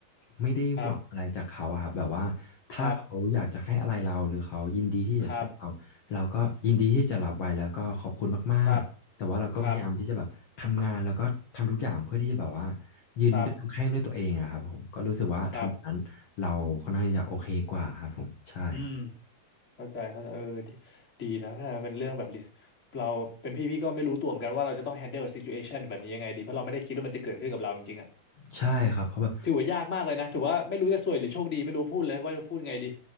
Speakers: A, on the left; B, on the left.
A: ไม่ได้หวังอะไรจากเขาอะครับแบบว่าถ้าเขาอยากจะให้อะไรเราหรือเขายินดีที่จะช่วยเราเราก็ยินดีที่จะรับไว้แล้วก็ขอบคุณมากๆแต่ว่าเราก็พยายามที่จะแบบทำงานแล้วก็ทำทุกอย่างเพื่อที่จะแบบว่า
B: ครับครับ ครับ ครับ ครับ
A: ยืนด้วยลำแข้งด้วยตัวเองอะครับผมก็รู้สึกว่าทำนั้นเราค่อนข้างที่จะโอเคกว่าครับผมใช่ครับ
B: ครับครับอืม เข้าใจเข้าใจ เออดีดีนะเข้าใจเป็นเรื่องแบบนี้เราเป็นพี่พี่ก็ไม่รู้ตัวเหมือนกันว่าเราจะต้อง handle situation แบบนี้ยังไงดีเพราะเราไม่ได้คิดว่ามันจะเกิดขึ้นกับเราจริงๆอะ
A: ใช่ครับเพราะแบบ
B: ถือว่ายากมากเลยนะถือว่าไม่รู้จะซวยหรือโชคดีไม่รู้พูดเลยว่าจะพูดยังไงดี